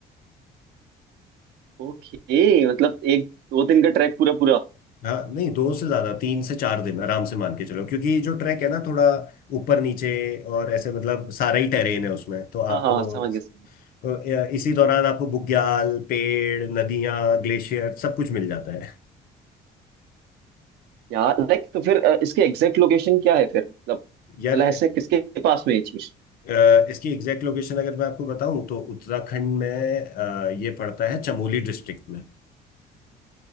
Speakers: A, on the right; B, on the left.
A: ओके मतलब एक दो दिन का ट्रैक पूरा पूरा
B: हाँ नहीं दो से ज्यादा तीन से चार दिन आराम से मान के चलो क्योंकि जो ट्रैक है ना थोड़ा ऊपर नीचे और ऐसे मतलब सारा ही टेरेन है उसमें तो आपको
A: हाँ हाँ हाँ, समझ गया समझ गया
B: तो अ, इसी दौरान आपको बुग्याल पेड़ नदियां ग्लेशियर सब कुछ मिल जाता है
A: यार लाइक तो फिर अ, इसके एग्जैक्ट लोकेशन क्या है फिर मतलब
B: यार
A: मतलब ऐसे किसके पास में ये चीज
B: अ, इसकी एग्जैक्ट लोकेशन अगर मैं आपको बताऊं तो उत्तराखंड में अ, ये पड़ता है चमोली डिस्ट्रिक्ट में